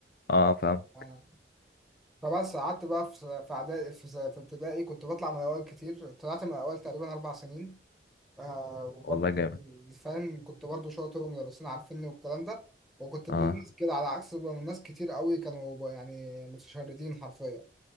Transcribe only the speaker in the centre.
آه. فبس قعدت بقى في في اعدادي في في ابتدائي كنت بطلع من الاول كتير طلعت من الاول تقريبا اربع سنين آه وبرضه
كنت من- فاهم كنت برضه شاطر ومدرسين عارفيني والكلام ده وكنت
ابن الناس كده على عكس بقى من ناس كتير قوي كانوا بقى يعني متشردين حرفيا